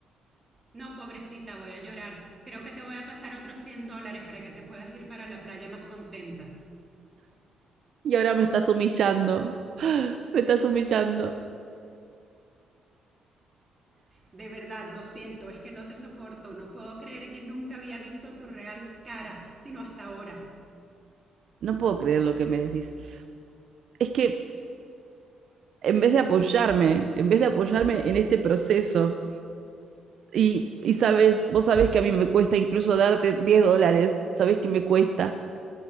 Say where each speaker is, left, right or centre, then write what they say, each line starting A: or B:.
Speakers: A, on the right; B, on the right.
A: No, pobrecita, voy a llorar. Creo que te voy a pasar otros 100 dólares para que te puedas ir para la playa más contenta.
B: Y ahora me estás humillando, <gasps> me estás humillando.
A: De verdad, lo siento, es que no te soporto. No puedo creer que nunca había visto tu real cara, sino hasta ahora.
B: No puedo creer lo que me decís. Es que en vez de apoyarme, en vez de apoyarme en este proceso, y, y sabes, vos sabés que a mí me cuesta incluso darte 10 dólares, sabés que me cuesta